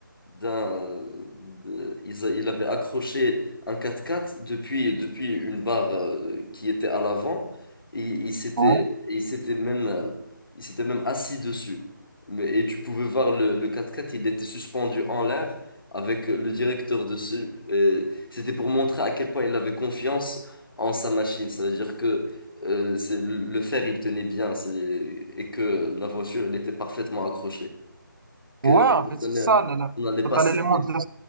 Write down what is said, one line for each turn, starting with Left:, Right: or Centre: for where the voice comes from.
Left: d'un, de- ils a- il avait accroché un 4x4 depuis, depuis une barre euh, qui était à l'avant. Et il s'était,
Right: Ouais.
Left: il s'était même, euh, il s'était même assis dessus. Mais, et tu pouvais voir le, le 4x4, il était suspendu en l'air avec le directeur dessus. euh, C'était pour montrer à quel point il avait confiance en sa machine. Ça veut dire que euh, c'est le le fer, il tenait bien c'est- et que la voiture, elle était parfaitement accrochée. Que
Right: Ouais, en fait,
Left: ça
Right: c'est
Left: ne-
Right: ça. là, là.
Left: on n'allait
Right: T'as
Left: pas
Right: t'as
Left: céder.
Right: l'élément de la,